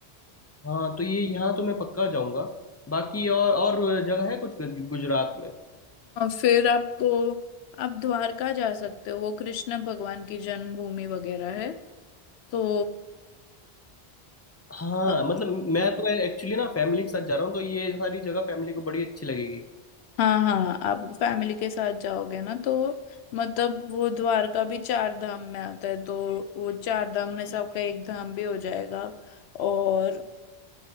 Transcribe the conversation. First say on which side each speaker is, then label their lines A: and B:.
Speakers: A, on the left; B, on the left.
A: हाँ तो ये यहाँ तो मैं पक्का जाऊंगा बाकी और और जगह है कुछ गुज- गुजरात में
B: और फिर आपको आप द्वारका जा सकते हो वो कृष्ण भगवान की जन्मभूमि वगैरह है तो
A: हाँ
B: अ,
A: मतलब मैं तो एक्चुअली ना फैमिली के साथ जा रहा हूँ तो ये सारी जगह फैमिली को बड़ी अच्छी लगेगी
B: हाँ हाँ आप फैमिली के साथ जाओगे ना तो मतलब वो द्वारका भी चार धाम में आता है तो वो चार धाम में से आपका एक धाम भी हो जाएगा और